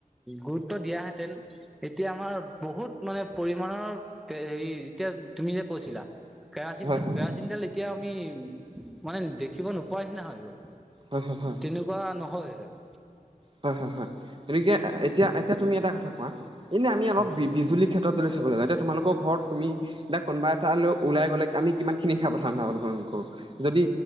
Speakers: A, in the centre; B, on the right.
A: গুৰুত্ব দিয়াহেঁতেন এতিয়া আমাৰ বহুত মানে পৰিমাণৰ হেৰি এতিয়া তুমি যে কৈছিলা কেৰাচিন
B: হয়
A: তেল
B: হয়
A: কেৰাচিন তেল এতিয়া আমি মানে দেখিব নোপোৱাৰ নিচিনা হৈ গ'ল
B: হয় হয় হয়।
A: তেনেকুৱা নহ'হেতেন
B: হয়, হয়, হয়, গতিকে এতিয়া, এতিয়া তুমি এটা কথা কোৱা, এনে আমি অলপ
A: হয়
B: বি-বিজুলী ক্ষে তত গ'লে চাব লাগে এতিয়া তোমালোক ঘৰত তুমি দে কোনোবা এটা লৈ ওলাই গ'লে আমি কিমানখিনি সাৱধানতা অৱলম্বন কৰো। যদি